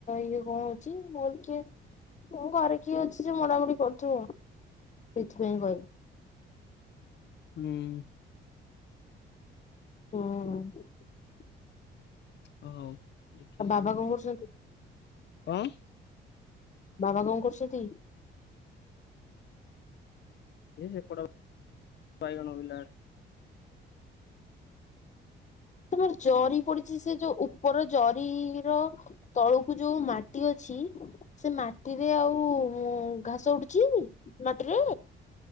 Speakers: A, on the left; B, on the left.
A: ଇଏ କଣ ଅଛି ମୋର କିଏ? ମୁଁ ଘରେ କିଏ ଅଛି ଯେ ମୋଡାମୋଡି କରୁଥିବ ସେଇଥିପାଇଁ କହିଲି
B: ହୁଁ
A: ହଁ
B: ହଁ ହଉ ଦେଖିବା
A: ବାବା
B: ସେଇ ଭଳିଆ
A: କଣ କରୁଛନ୍ତି?
B: କଣ
A: ବାବା କଣ କରୁଛନ୍ତି?
B: ଏ ସେପଟ ବାଇଗଣ ବିଲା ଆ -
A: ତମର ଜରି ପଡିଛି ସେ ଯୋଉ ଉପର ଜରିର- ତଳକୁ ଯୋଉ ମାଟି ଅଛି। ସେ ମାଟିରେ ଆଉ ଘାସ ଉଡୁଛି ମାଟିରେ।